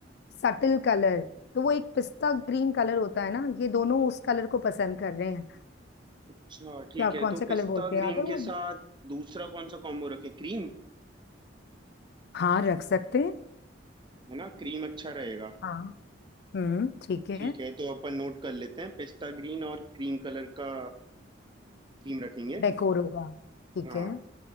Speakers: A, on the left (about 60°); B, on the right (about 25°).
A: सटल कलर तो वो एक पिस्ता ग्रीन कलर होता है ना ये दोनों उस कलर को पसंद कर रहे हैं
B: अच्छा ठीक
A: क्या
B: है
A: कौन
B: तो
A: से
B: पिस्ता
A: कलर बोलते हैं
B: ग्रीन
A: याद है
B: के
A: वो
B: साथ दूसरा कौन सा कॉम्बो रखें क्रीम
A: हाँ रख सकते हैं
B: है ना क्रीम अच्छा रहेगा
A: हाँ हम्म ठीक है
B: ठीक है तो अपन नोट कर लेते हैं पिस्ता ग्रीन और क्रीम कलर का थीम रखेंगे
A: डेकोर होगा ठीक
B: हाँ
A: है